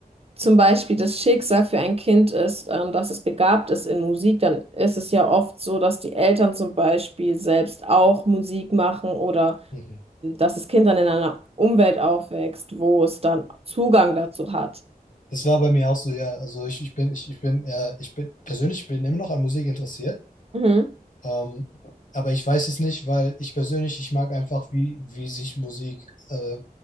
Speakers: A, on the right; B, on the left.
A: zum Beispiel das Schicksal für ein Kind ist, ähm, dass es begabt ist in Musik, dann ist es ja oft so, dass die Eltern zum Beispiel selbst auch Musik machen oder
B: mhm.
A: dass das Kind dann in einer Umwelt aufwächst, wo es dann Zugang dazu hat.
B: das war bei mir auch so, ja, also ich, ich bin, ich, ich bin, äh, ich bin persönlich bin immer noch an Musik interessiert.
A: Mhm.
B: Ähm, aber ich weiß es nicht, weil ich persönlich, ich mag einfach, wie, wie sich Musik, äh,